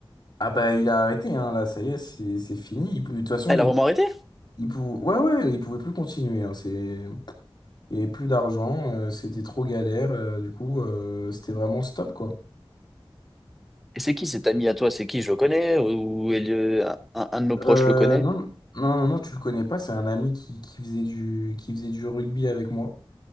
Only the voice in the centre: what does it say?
Elle
a vraiment arrêté?
Et c'est qui cet ami à toi? C'est qui? Je le connais? Ou, ou elle- un, un- un de nos proches
le connaît?